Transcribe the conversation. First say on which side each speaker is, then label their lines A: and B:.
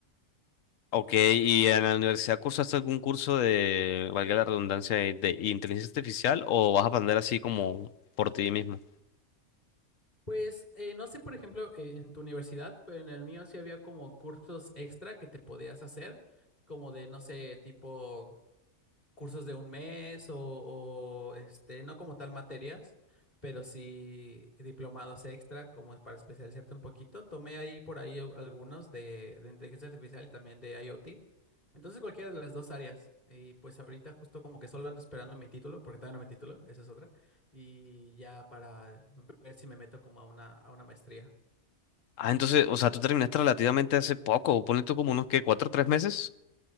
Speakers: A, on the left; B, on the left.
A: Ok, ¿y en la universidad cursaste algún curso de, valga la redundancia, de, de inteligencia artificial o vas a aprender así como por ti mismo?
B: Pues eh, no sé, por ejemplo, eh, en tu universidad, pero en el mío sí había como cursos extra que te podías hacer, como de, no sé, tipo cursos de un mes o, o, este, no como tal materias, pero sí diplomados extra como para especializarte un poquito. Tomé ahí por ahí al- algunos de, de inteligencia artificial y también de IoT. Entonces cualquiera de las dos áreas. Y pues ahorita justo como que solo ando esperando mi título, porque todavía no mi título, esa es otra. Y ya para ver si me meto como a una, a una maestría.
A: Ah, entonces, o sea, tú terminaste relativamente hace poco, ponle tú como unos que cuatro o tres meses.